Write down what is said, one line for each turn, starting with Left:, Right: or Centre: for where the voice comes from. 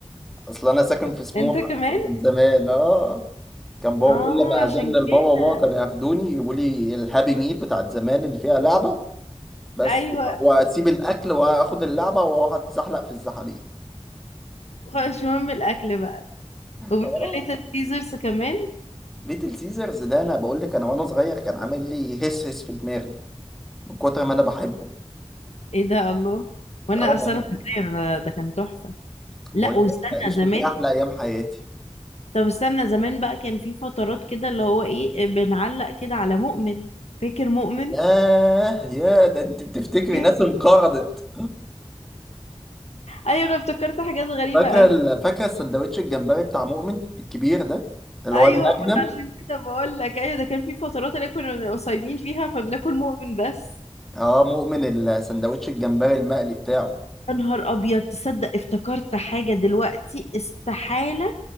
Centre: اصل انا ساكن في سموحه
Left: انت كمان
Centre: من زمان اه كان بابا
Left: اه
Centre: كل ما
Left: عشان
Centre: ازن
Left: كده
Centre: لبابا وماما كانوا ياخدوني يجيبوا لي الهابي ميل بتاعت زمان اللي فيها لعبه بس
Left: ايوه
Centre: واسيب الاكل واخد اللعبه واقعد اتزحلق في الزحاليق
Left: خلاص مش مهم الاكل بقى وبتقول
Centre: اه
Left: لي ليتل سيزرز كمان
Centre: ليتل سيزرز ده انا بقول لك انا وانا صغير كان عامل لي هس هس في دماغي من كتر ما انا بحبه
Left: ايه ده الله وانا
Centre: اه
Left: اصلا
Centre: يعني
Left: فاكره أنا ده كان تحفه
Centre: بقول
Left: لا واستنى
Centre: لك عشت
Left: زمان
Centre: فيه احلى ايام حياتي
Left: طب استنى زمان بقى كان في فترات كده اللي هو ايه بنعلق كده على مؤمن فاكر مؤمن
Centre: ياه يا ده انت بتفتكري
Left: Yeah.
Centre: ناس انقرضت
Left: ايوه انا افتكرت حاجات غريبه
Centre: فاكره
Left: قوي
Centre: ال- فاكره السندوتش الجمبري بتاع مؤمن الكبير ده اللي
Left: ايوه
Centre: هو المجنم
Left: ما أنا عشان كده بقول لك ايوه ده كان في فترات اللي كنا صايمين فيها فبناكل مؤمن بس
Centre: اه مؤمن السندوتش الجمبري المقلي بتاعه
Left: يا نهار ابيض تصدق افتكرت حاجه دلوقتي استحاله